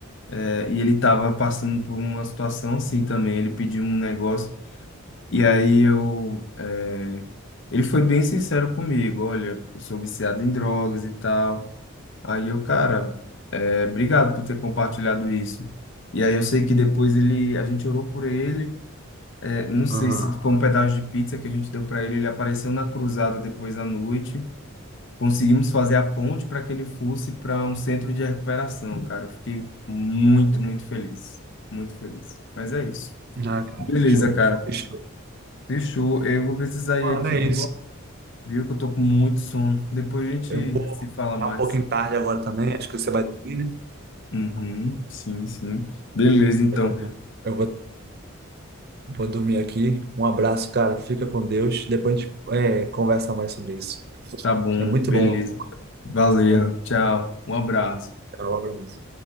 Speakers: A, on the left (about 55°); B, on the right (about 45°).
A: é, e ele estava passando por uma situação assim também, ele pediu um negócio, e aí eu, é, ele foi bem sincero comigo, olha, eu sou viciado em drogas e tal. Aí eu, cara, é, obrigado por ter compartilhado isso. E aí eu sei que depois ele, a gente orou por ele. É, não sei
B: Aham.
A: se foi um pedaço de pizza que a gente deu para ele. Ele apareceu na cruzada depois à noite. Conseguimos fazer a ponte para que ele fosse para um centro de recuperação, cara. Eu fiquei muito, muito feliz. Muito feliz. Mas é isso.
B: Ah, cara,
A: Beleza,
B: que show,
A: cara.
B: que show.
A: Fechou. Eu vou precisar ir
B: Mano,
A: aqui
B: é
A: agora,
B: isso.
A: viu? Que eu tô com muito sono. Depois a gente
B: Eu vou
A: se fala
B: ficar
A: mais.
B: um pouquinho tarde agora também, acho que você vai dormir, né?
A: Uhum, sim, sim. Beleza, então.
B: Eu também. Eu vou Vou dormir aqui. Um abraço, cara. Fica com Deus. Depois a gente, é, conversa mais sobre isso.
A: Tá bom.
B: É muito
A: Beleza.
B: bom.
A: Valeu.
B: né?
A: Tchau. Um abraço.
B: Um abraço.